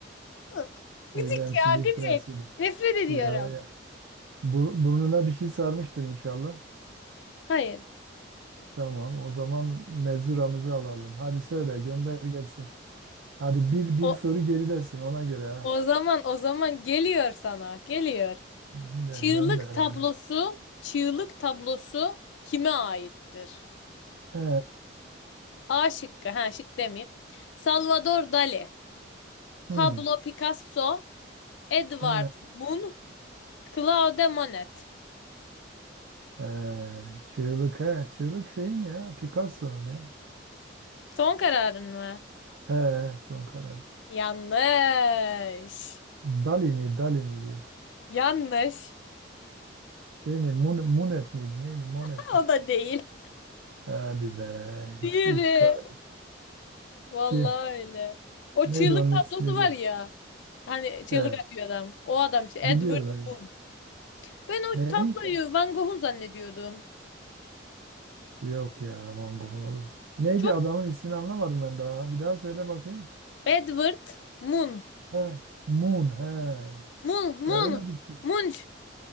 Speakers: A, on the left; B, on the right.
A: Hı. Gıcık
B: Eylemsizlik
A: ya gıcık.
B: prensibi.
A: Nefret ediyorum.
B: Ya ya. Bu, burnuna bir şey sarmıştın inşallah.
A: Hayır.
B: Tamam. O zaman mezuramızı alalım. Hadi söyle, gönder gelsin. Hadi bir bir
A: O,
B: soru geridesin ona göre ha.
A: o zaman o zaman geliyor sana. Geliyor.
B: Gönder,
A: Çığlık
B: gönder hadi.
A: tablosu, çığlık tablosu kime aittir?
B: He.
A: A şıkkı. Ha şık demeyeyim. Salvador Dali,
B: Hmm.
A: Pablo Picasso, Edvard
B: He.
A: Munch, Claude Monet.
B: He. Çığlık. He. Çığlık şeyin ya. Picasso'nun ya.
A: Son kararın mı?
B: He. Son karar.
A: Yanlış.
B: Dali mi? Dali miydi yoksa?
A: Yanlış.
B: Şey mi? Mun, Munet miydi? Neydi? Monet
A: Ha
B: mi?
A: O da değil.
B: Hadi be.
A: Diğeri.
B: Hiç, hiç kar-
A: Vallahi
B: Kim?
A: öyle. O
B: Neydi
A: çığlık
B: onun
A: tablosu
B: ismi
A: var
B: diye.
A: ya. Hani çığlık
B: He.
A: atıyor adam. O adam işte
B: Biliyorum
A: Edward
B: ben.
A: Munch. Ben o
B: Ney?
A: tabloyu Van Gogh'un zannediyordum.
B: Yok ya. Van Gogh'un olur mu? Neydi
A: Çok
B: adamın ismini anlamadım ben daha. Bir daha söyle bakayım.
A: Edward Munch.
B: He. Moon. He.
A: Munch, Munch,
B: Ya öyle bir şey.
A: Munch.